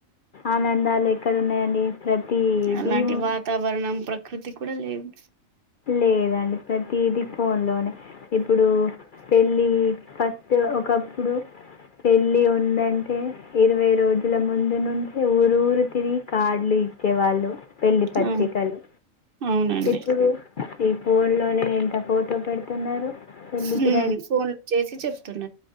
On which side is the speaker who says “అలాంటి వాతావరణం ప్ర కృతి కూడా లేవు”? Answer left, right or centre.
Right